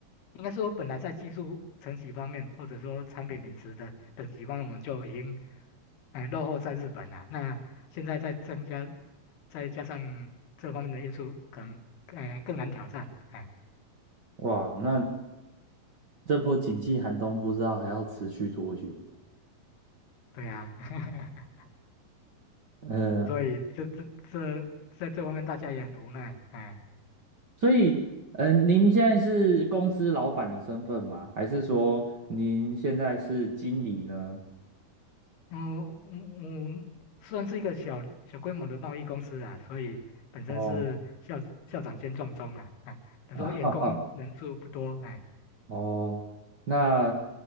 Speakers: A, on the left; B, on the right.
A: 应该说本来在技术层级方面，或者说产品品质的等级方面，我们就已经嗯落后在日本了。那现在再增加，再加上这方面的因素，可能呃更难挑战。哎，
B: 哇，那这波景气寒冬不知道还要持续多久？
A: 对啊，<laughs>
B: 嗯、
A: 所以这这这在这方面大家也很无奈。哎。
B: 所以嗯、呃您现在是公司老板的身份吗？还是说您现在是经理呢？
A: 嗯嗯嗯，算是一个小小规模的贸易公司啊，所以本身是校校长兼撞钟啊，
B: 哦，
A: 哎，他说员工人数不多，
B: <laughs> 哈哈。
A: 哎，
B: 哦，那